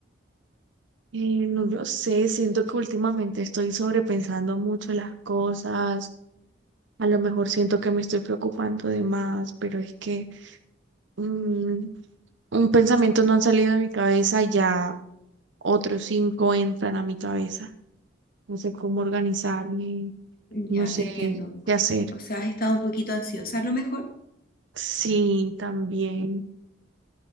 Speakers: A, on the right; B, on the left.
A: eh, no lo sé, siento que últimamente estoy sobrepensando mucho las cosas, a lo mejor siento que me estoy preocupando de más, pero es que mm, un pensamiento no ha salido de mi cabeza y ya otros cinco entran a mi cabeza, no sé cómo organizarme,
B: Ya,
A: no sé
B: te entiendo.
A: qué hacer.
B: O sea, has estado un poquito ansiosa a lo mejor
A: Sí, también.